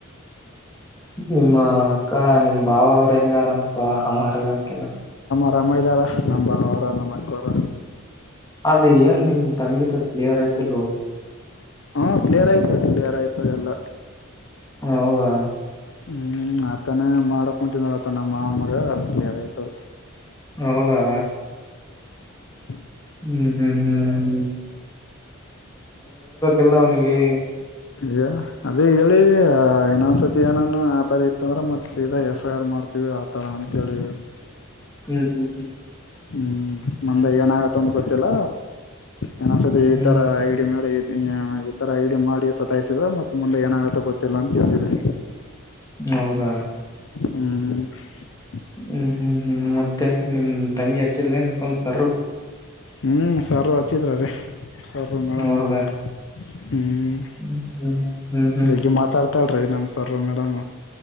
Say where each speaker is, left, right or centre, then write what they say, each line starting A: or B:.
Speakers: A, on the left (about 15°); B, on the left (about 65°).
A: ನಿಮ್ಮ ಅಕ್ಕ ನಿಮ್ಮ್ ಬಾವ ಅವ್ರ ಹೆಂಗಾರಂತಪ್ಪಾ ಆರಾಮ ಮಾಡಲ್ಲ ಅಂತೆಲ್ಲ
B: ಅಮ್ಮ ಇದ್ದಾರ ನಮ್ಮ ಬಾವರ ನಮ್ಮ ಅಕ್ಕೋರ
A: ಅದ ಏನ್ ನಿಮ ತಂಗಿಿತ ಕ್ಲಿಯರ್ ಯ್ತಿಲ್ಲ
B: ಹಾ ಕ್ಲಿಯರ್ ಆಯ್ತ ಕ್ಲಿಯರ್ ಆಯ್ತ ಎಲ್ಲ
A: ಹೌದಾ
B: ಹ್ಮ್ ಆತಾನೇ ಮಾಡಕೊಂತನ್ ಆತ ನಮ್ಮಮ್ಮಗ ಕ್ಲಿಯರ್ ಆಯ್ತದ
A: ಹೌದಾ
B: ಹ
A: ಹ್ಮ್ ಹ್ಮ್ ಹ್ಮ್ ಹ್ಮ್ ಎಲ್ಲ ಅವನಿಗೆ
B: ಇಾ <unintelligible> ಅದೇ ಹೇಳಿ ಇನ್ನೊಂದ್ಸತಿ ಏನನು ಆತರ ಇತ್ತ ಅಂದ್ರೆ ಮತ್ತ ಸೀದಾ ಎಫ್ ಐ ಆರ್ ಮಾಡ್ತೀವಿ ಆತರ ಅ ಹೇಳಿದ್ರು
A: ಹ್ಮ್ ಹ್ಮ್ ಹ್ಮ್
B: ಹ್ಮ್ ಮಂದೆ ಏನ ಆಾಗತ್ತ ಅಂದ ಗೊತ್ತಿಲ್ಲ ಏನೊಂದ್ಸತಿ ಈ
A: ಹ್ಮ್ ಹ್ಮ್
B: ತರ ಐ ಡಿ ಮಾಡಿ ಈ ತರ ಐಡಿಯಾ ಮಾಡಿ ಸತಾಯಸಿದ್ರ ಮತ್ತೆ ಮುಂದೆ ಏನಾಗತ್ತ ಗೊತ್ತಿಲ್ಲ ಅಂತ ಹೇಳೀವಿ
A: ಹೌದಾ
B: ಹ
A: ಹ್ಮ್ ಹ್ಮ್ ಹ್ಮ್ ಮತ್ತೆ ನಿನ್ ತಂಗಿ ಹಚ್ಚಿದ್ಲ ಏನ್ ಫೋನ್ ಸರ್ ರು
B: ಹ್ಮ್ ಸರ್ರು ಹಚಿತ್ರ ರೀ ಸರ್ರು ಮೇಡಮ್
A: ಹೌದಾ
B: ನಮ ಹ್ಮ್
A: ಹ್ಮ್ ಹ್ಮ್ ಹ್ಮ್
B: ಜಗ್ಗಿ ಮಾತಾಡ್ತಾಳ್ರಿ ನಮ ಸ್ವಲ್ಪ ಮೇಡಂ